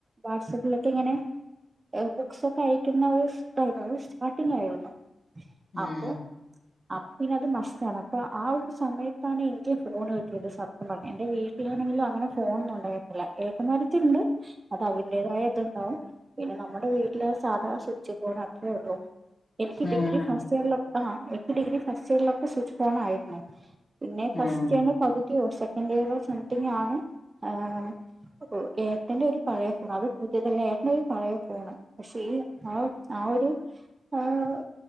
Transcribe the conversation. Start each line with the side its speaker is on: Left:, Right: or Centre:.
Right: വാട്സപ്പിലൊക്കെ ഇങ്ങനെ ബുക്സൊക്കെ അയക്കുന്ന ഒരുതായിരുന്നു സ്റ്റാർട്ടിങ്ങായിരുന്നു
Left: ഉം
Right: അപ്പൊ അപ്പപ്പിന്നത് മസ്റ്റാണ് അപ്പ ആ ഒരു സമയത്താണ് എനിക്ക് ഫോണ് കിട്ടിയത് സത്യം പറഞ്ഞാ എന്റെ വീട്ടിലാണെങ്കിലും അങ്ങനെ ഫോൺന്നുണ്ടായി ല്ല ഏട്ടമാരത്തിയുണ്ട് അത് അതിന്റെതായ ഇതുണ്ടാവും പിന്നെ നമ്മുടെ വീട്ടിലെ സാധാ സ്വിച്ച് ഫോൺ അത്രേ ഉള്ളു എനിക്ക്
Left: ഉം
Right: ഡിഗ്രി ഫസ്റ്റ് ഇയറിലൊക്കെ ആഹ് എനിക്ക് ഡിഗ്രി ഫസ്റ്റ് ഇയറിലൊക്കെ സ്വിച്ച് ഫോണായിരുന്നു പിന്നെ
Left: ഉം
Right: ഫസ്റ്റ്
Left: ഉം
Right: ഇയറിന്റെ പകുതിയോ സെക്കൻഡ് ഇയറോ സംതിങ്ങാണ് ആഹ് അപ്പോ ഏട്ടന്റെ ഒരു പഴയ ഫോൺ അത് പുതിയതല്ല ഏട്ടന്റെ ഒരു പഴയ ഫോണ് പക്ഷെ ഈ ആഹ് ആ ഒരു ആഹ്